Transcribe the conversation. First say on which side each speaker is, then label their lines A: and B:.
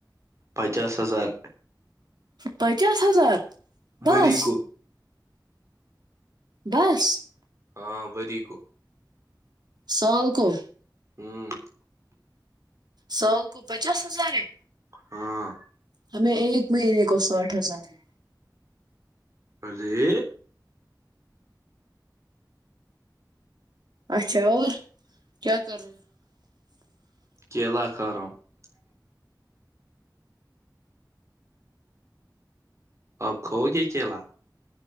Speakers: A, on the right; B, on the right.
A: پچاس ہزار
B: پچاس ہزار بس
A: مری کو <inaudible>
B: بس
A: ہاں وی کو <unintelligible>
B: سال کو
A: ہوں <unintelligible>
B: سال کو پچاس ہزار ہے
A: ہاں
B: ہمیں ایک مہینے کو ساٹھ ہزار ہے
A: ارے
B: اچھا اور کیا کر رہے ہیں <unintelligible>
A: <inaudible> اب کھو گے کلا